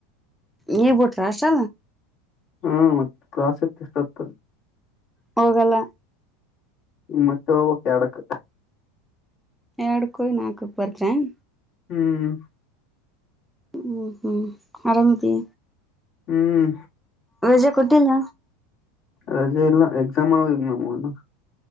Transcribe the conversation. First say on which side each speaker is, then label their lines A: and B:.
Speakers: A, in the centre; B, on the left.
A: ಈ ಬಟ್ರಲ್ಲ
B: ಹ್ಮ ಮತ್ತೆ ಕ್ಲಸ್ ಎತ್ತು ಎಷ್ಟತದೆ
A: ಹೋಗಲ್ಲ
B: ಈ ಮತ್ತಕ್ಕೆ ಅಡಕ್
A: ಎರಡು ಕಯಿ ನಾಲ್ಕು ಬರಿಚನ್
B: ಹ್ಮ್
A: ಹ್ಮ್ ಹ್ಮ್ ಆರಾಮದ
B: ಹ್ಮ್
A: ರಜೆ ಕೊಟ್ಟಿಲ್ಲ
B: ರಜೆ ಇಲ್ಲ ಎಕ್ಸಾಮ್ ಆಗಗ ಮಾಮ್ನು